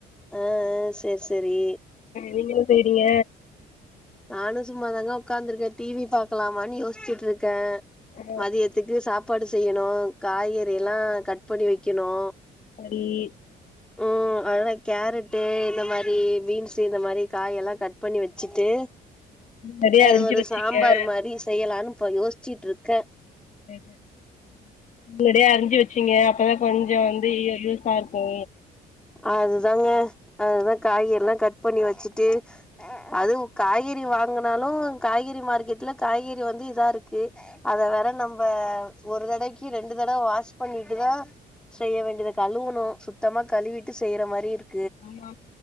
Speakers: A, in the centre; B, on the left (about 50°).
A: ஆஹஹ சோரி சோரி
B: நீங்கள செய்யறீங்க
A: நானும் சும்மாாதாங்க உட்காந்துருக்கேன் டிவி பாக்கலாமான்னு யோசிச்சுட்டு இருக்க
B: ஆ
A: மதியத்துக்கு சாப் சாப்பாடு செய்யணு காய்கறிலா கட் பண்ணி வெக்கனு
B: <inaudible>
A: ம் அதல்லாம் கேரட்டு இந்த மாரி பீன்ஸ் இந்த மாதிரி காய எல்லாம் கட் பண்ணி வச்சிட்டு
B: நெறைய
A: அது
B: அரிஞ்சு
A: ஒரு
B: வச்சீங்க
A: சாம்பார் மாரி செய்யலான்னு இப்ப யோசிச்சுட்டு இருக்க
B: ஸ்டேட்டஸ் இங்கடே அறிஞ்சு வச்சு ங்க அப்பதான் கொஞ்ஜோ வந்து யூசா இரு <unintelligible>
A: அதுதாங்க அதுதான் காய்கறிலா கட் பண்ணி வச்சுட்டு அது காய்கறி வாங்கினாலும் காய்கறி மார்க்கெட்ல காய்கறி வந்து இதா இருக்கு அத வேற நம்ம ஒரு தடவைக்கு ரெண்டு தடவை வாஷ் பண்ணிட்டுதான் செய்ய வேண்டியத கழுவணும் சுத்தமா கழுவிட் ட்டுசெய்யற மாரி இருக்
B: ஆமா